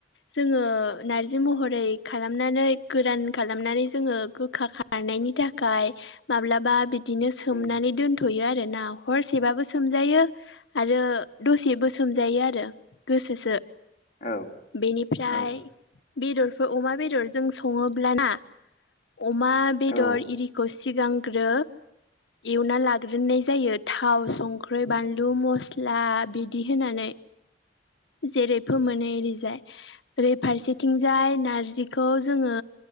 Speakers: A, on the left; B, on the left.
A: जोङो नारजि महरै खालामनानै गोरान खालामनानै जोङो गोखा खारनायनि थाखाय माब्लाबा बि बिदिनो सोमनानै
B: उम
A: दोनथ'यो आरो आरोना हरसेबाबो सोमजायो आरो दसेबो सोमजायो आरो गोसोसो
B: औ
A: बेनिफ्राय
B: औ
A: बेदरफोर अमा बेदरजों सङो लाना अमा बेदर
B: औ
A: इरखौ सिगां एवना लाग्रोननाय जायो थाव सं संख्र्रि बानलु मस्ला बिदि होनानै जेरै फोमोनो एरिजाय ओरै फारसेथिंजाय नारजिखौ जोङो